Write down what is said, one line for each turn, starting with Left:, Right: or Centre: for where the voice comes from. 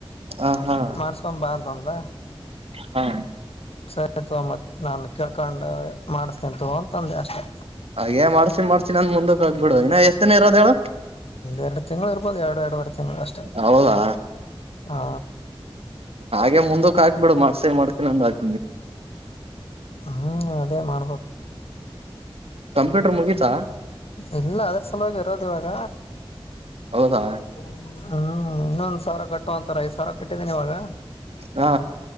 Right: ಹ ಹಾ
Left: ಮಾಡಸ್ಕೊ ಬಾ ಅಂತಂತ
Right: ಹಾ.
Left: <unintelligible> ಮತ್ ನಾನು ಕೇಳ್ಕೊಂಡು ಮಾಡುಸ್ತೀನಿ ತಗೋ ಅಂತಂದೆ ಅಷ್ಟೇ.
Right: ಹಾಗೇ ಮಾಡುಸ್ತೀನಿ ಮಾಡಿಸ್ತೀನಿ ಅಂದ ಮುಂದಕ್ ಆಗ್ಬಿಡು ಇನ್ನ ಎಷ್ಟ ದಿನ ಇರೋದ ಹೇಳು.
Left: ಎರಡು ತಿಂಗಳು ಇರ್ಬೋದು ಎರಡು ಎರಡುುವರೆ ತಿಂಗಳು ಅಷ್ಟೇ
Right: ಹೌದಾ
Left: ಹಾ.
Right: ಹಾಗೆ ಮುಂದಕ್ ಹಾಕ್ಬಿಡು ಮಾಡಿಸ್ತೀನಿ ಮಾಡಿಸ್ತೀನಿ ಒಂದ ಹಾಗ್
Left: ಹ ಅದೇ ಮಾಡ್ಬೇಕು.
Right: ಕಂಪ್ಯೂಟರ್ ಮುಗೀತಾ.
Left: ಎಲ್ಲ ಅದುರ್ ಸಲುವಾಗಿ ಇರೋದು ಇವಾಗ.
Right: ಹೌದಾ
Left: ಹ್ಮ್ ಇನ್ನೊಂದ್ ಸಾವಿರ ಕಟ್ಟು ಅಂತಾರೆ ರೈಸ್ ಸಾವಿರ ಕಟ್ಟಿದ್ದೀನಿ ಇವಾಗ
Right: ಹಾ